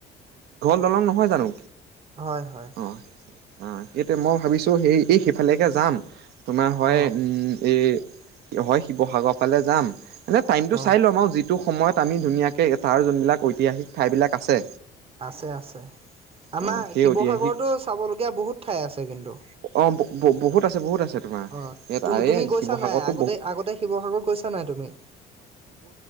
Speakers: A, on the right (about 75°); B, on the right (about 35°).
A: দল অ নহয় জানো
B: হয় হয়
A: অ', অ সেই মই ভাবিছো সেই এই সিফালেকে যাম তোমাৰ হয়
B: অঁ
A: এই হয় শিৱসাগৰ ফালে যাম এনে টাইমটো
B: অঁ
A: চাই ল'ম আৰু সয়টো সময়ত আমি ধুনীয়াকৈ তাৰ যোনবিলাক ঐতিহাসিক ঠাইবিলাক আছে
B: আছে আছে আমাৰ
A: অ সেই
B: শিৱসাগৰতো
A: ঐতিহাসিক
B: চাবলগীয়া বহুত ঠাই আছে কিন্তু
A: অ বহুত আছে বহুত আছে তোমাৰ
B: অ
A: ইয়াত
B: তু
A: আৰে
B: তুমি গৈছা
A: শিৱসাগৰতো
B: নাই আগতে
A: বহু
B: আগতে শিৱসাগৰত গৈছা নাই তুমি